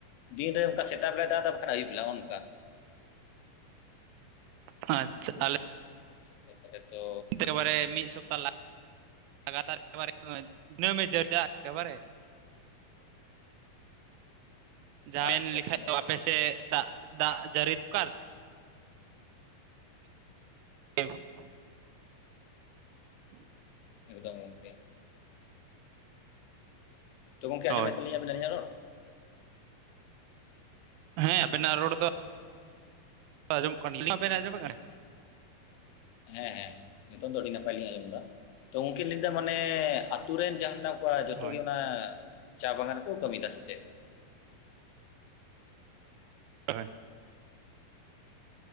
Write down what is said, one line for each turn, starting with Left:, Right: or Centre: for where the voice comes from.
Left: ᱫᱤᱱᱨᱮ ᱚᱱᱠᱟ ᱥᱮᱛᱟᱜ ᱵᱮᱞᱟ ᱫᱟᱜ ᱮᱫᱟ ᱵᱟᱠᱷᱟᱱ ᱟᱹᱭᱩᱵ ᱵᱮᱞᱟᱜᱼ ᱱᱚᱝᱠᱟ
Right: ᱟᱪᱪᱷᱟ ᱛᱟᱦᱞᱮ
Left: ᱦᱤᱥᱟᱵ ᱠᱟᱛᱮ ᱛᱚ
Right: ᱮᱠᱮᱵᱟᱨᱮ ᱢᱤᱫ ᱥᱚᱯᱛᱟ ᱞᱟᱜᱟᱛᱟᱨ ᱮᱠᱮᱵᱟᱨᱮ ᱫᱤᱱᱟᱹᱢᱮ ᱡᱟᱹᱨᱡᱟᱜᱼᱟ ᱮᱠᱮᱵᱟᱨᱮ। ᱡᱟᱣᱟᱭᱮᱱ
Left: ᱟᱪᱪᱷᱟ
Right: ᱞᱮᱠᱷᱟᱡ
Left: ᱟᱪᱪᱷᱟ
Right: ᱫᱚ ᱟᱯᱮ ᱥᱮᱫ ᱫᱟᱜ ᱫᱟᱜ ᱡᱟᱲᱤ ᱫᱚᱠᱟᱫ <unintelligible> <inaudible>
Left: ᱮ ᱫᱚᱢ ᱜᱚᱝᱠᱮ ᱾ ᱛᱚ ᱜᱚᱝᱠᱮ ᱟᱡᱚᱢ
Right: ᱦᱳᱭ
Left: ᱮᱫ ᱛᱟᱞᱤᱧ ᱟᱵᱤᱱ ᱟᱞᱤᱧᱟᱠ ᱨᱚᱲ?
Right: ᱦᱮᱸ
Left: ᱟᱪᱪᱷᱟ
Right: ᱟᱵᱮᱱᱟᱜ ᱨᱚᱲ ᱫᱚ
Left: ᱟᱪᱪᱷᱟ
Right: ᱼᱼ ᱚᱢᱚᱢ ᱠᱟᱱᱜᱮᱭᱟ, ᱤᱧᱟᱜ ᱵᱤᱱ ᱟᱡᱚᱢ ᱮᱫ ᱠᱟᱱᱟ
Left: ᱦᱮᱸ ᱦᱮᱸ ᱱᱤᱛᱚᱝ ᱫᱚ ᱟᱹᱰᱤ ᱱᱟᱯᱟᱭ ᱞᱤᱧ ᱟᱸᱡᱚᱢ ᱫᱟ, ᱛᱚ ᱜᱚᱝᱠᱮ ᱞᱟᱹᱭᱫᱟ ᱢᱟᱱᱮ ᱟᱛᱩ ᱨᱮᱱ ᱡᱟ ᱢᱮᱱᱟᱜ ᱠᱚᱣᱟ ᱡᱚᱛᱚ
Right: ᱦᱳᱭ
Left: ᱜᱮ ᱚᱱᱟ ᱪᱟ ᱵᱟᱜᱟᱱ ᱨᱮᱠᱚ ᱠᱟᱹᱢᱤᱭᱮᱫᱟ ᱥᱮ ᱪᱮᱫ?
Right: ᱦᱳᱭ ᱾